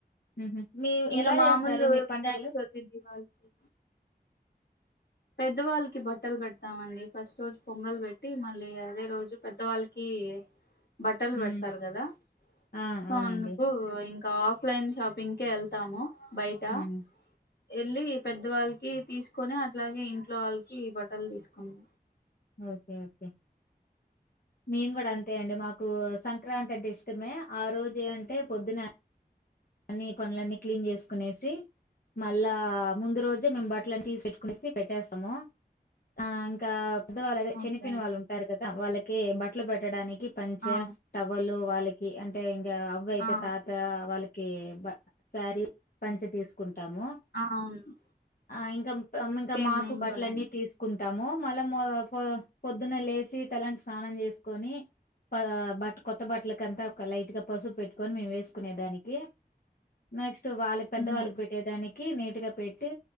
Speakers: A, on the left (about 60°); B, on the left (about 85°).
A: ఊహ మీ
B: ఇంకా
A: ఎలా
B: మామూలు
A: చేస్తారు మీ పండగలు
B: వినాయక చవితి దీపావళికి పెద్దవాళ్ళకి బట్టలు పెడతామండి. ఫస్ట్ రోజు పొంగల్ పెట్టి మళ్ళీ అదే రోజు పెద్దవాళ్ళకి బట్టలు పెడతారు
A: ఉమ్
B: కదా
A: ఆ
B: సో
A: అవునండి
B: అందుకు ఇం ఆఫ్లైన్ షాపింగ్ కే వెళ్తాము. బయటా
A: ఉమ్
B: వెళ్ళి పెద్దవాళ్ళకి తీసుకొని అట్లాగే ఇంట్లో వాళ్ళకి బట్టలు తీసుకుంట
A: ఓకే ఓకే మేము కూడా అంతే అండి మాకు సంక సంక్రాంతి అంటే ఇష్టమే ఆ రోజే అంటే పొద్దున అన్ని పనులన్నీ క్లీన్ చేసుకునేసి మళ్ళా ముందు రోజే మేము బట్టలన్నీ తీసి పెట్టుకునేసి పెట్టేస్తాము ఆ ఇంకా పెద్ద వాళ్ళ అదే
B: ఓకే
A: చనిపోయిన
B: అండి
A: వాళ్ళుంటారు కదా. త వాళ్ళకి బట్టలు పెట్టడానికి. పంచే,
B: ఆ
A: టవలు వాలికి కి అంటే ఇక అవ్వ అయితే
B: ఆ
A: తాత వాళ్ళకి కివా సారి పంచి తీసుకుంట టాము
B: ఆ అవును
A: ఆ ఇంక ఇంక
B: సేమ్
A: మాకు
B: మేము
A: బట్టలన్ని
B: కూడా అండి.
A: తీసుకుం టాము మళ్ళ పొద్దున లేసి తలాంటి స్నానం చేసుకొని బ బట్ట కొత్త బట్టలకంతా ఒక లైట్ గా పసుపు పెట్టుకని మేము వేసుకునే దానికి ఓకే నెక్స్ట్ తో వాళ్ళకి పెద్ద
B: ఉమ్,
A: వాళ్ళకి పెట్టేదానికి కి నీట్ గా పెట్టి